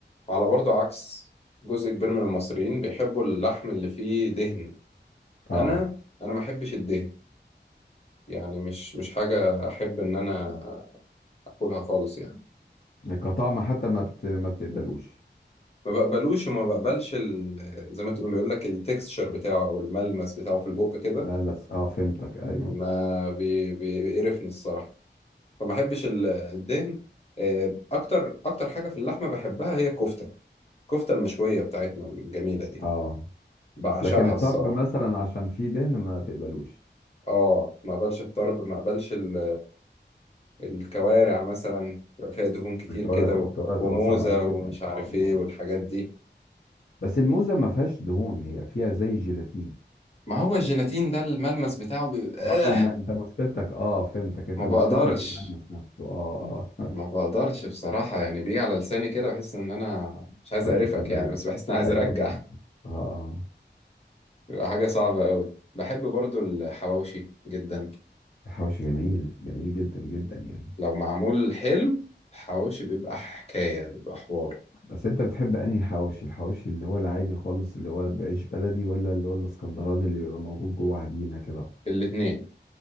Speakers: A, on the left; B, on the left.
A: على برضو عكس جزء كبير من المصريين بيحبوا اللحم اللي فيه دهن
B: اه
A: انا انا ما احبش الدهن يعني مش مش حاجة احب ان انا اكلها خالص يعني
B: كطعم حتى ما بت... ما بتقبلوش
A: ما بقبلوش وما بقبلش ال... زي ما تقول بيقول لك التكستشر بتاعه او الملمس بتاعه في البق كده
B: ملمس اه فهمتك ايوه
A: ما بي... بي- بيقرفني الصراحه فما احبش ال- الدهن آه، اكتر اكتر حاجه في اللحمه بحبها هي الكفته الكفته المشويه بتاعتنا الجميله دي
B: اه
A: بعشقها
B: لكن الطرب
A: الصراحه
B: مثلا عشان فيه دهن ما تقبلوش
A: اه ما اقبلش الطرب ما اقبلش ال... الكوارع مثلا بيبقى فيها دهون كتير
B: الكوارع
A: كده و...
B: الكوارع تبقى
A: وموزه
B: صعبه عليك جدا
A: ومش عارف
B: اه آه،
A: ايه
B: آه.
A: والحاجات دي
B: بس الموزه ما فيهاش دهون هي فيها زي جيلاتين
A: ما هو الجيلاتين ده الملمس بتاعه بي... آه
B: برضه الم... انت مشكلتك اه فهمتك انت
A: ما
B: مشكلتك
A: بقدرش
B: في الملمس نفسه اه اه
A: ما بقدرش
B: <laughs>
A: بصراحة يعني بيجي على لساني كده بحس إن أنا مش عايز
B: ما
A: أقرفك
B: بتتقبلوش
A: يعني بس بحس إن أنا عايز
B: ايوه
A: أرجع
B: فهمت
A: <laughs>
B: اه اه
A: بيبقى حاجة صعبة أوي بحب برضو الحواوشي جدا
B: الحواوشي جميل جميل جدا جدا يعني
A: لو معمول حلو الحواوشي بيبقى حكاية بيبقى حوار
B: بس انت بتحب انهي حواوشي الحواوشي اللي هو العادي خالص اللي هو بعيش بلدي ولا اللي هو الاسكندراني اللي بيبقى موجود جوه عجينة كده
A: الاتنين